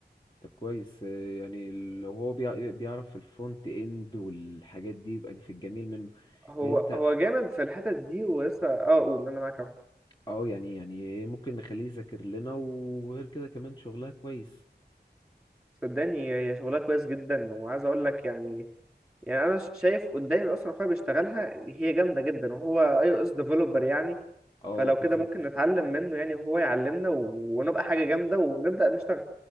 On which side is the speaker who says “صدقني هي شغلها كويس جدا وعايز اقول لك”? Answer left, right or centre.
Centre